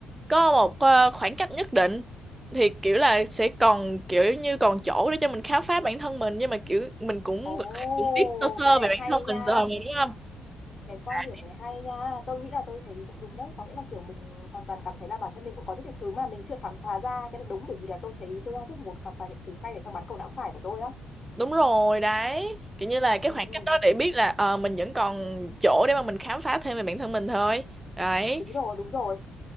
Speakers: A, on the right; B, on the left.
A: Có một ờ, khoảng cách nhất định thì kiểu là sẽ còn kiểu như còn chỗ để cho mình khám phá bản thân mình nhưng mà kiểu mình cũng
B: Ồ,
A: gọi là cũng biết sơ sơ
B: cái này
A: về bản
B: hay
A: thân
B: nha.
A: mình rồi mà đúng không?
B: Cái quan
A: À,
B: điểm này hay nha. Tôi nghĩ là tôi thấy cũng đúng đấy. Có nghĩa là kiểu mình hoàn toàn cảm thấy là bản thân mình cũng có rất nhiều thứ mà mình chưa khám phá ra. Cái này đúng bởi vì là tôi thấy tôi đang rất muốn khám phá những thứ hay ở trong bán cầu não phải của tôi á.
A: Đúng rồi đấy. Kiểu như là cái
B: Ừ,
A: khoảng
B: ừ.
A: cách đó để biết là ờ, mình vẫn còn chỗ để mà mình khám phá thêm về bản thân mình thôi. Đấy.
B: Đúng rồi, đúng rồi.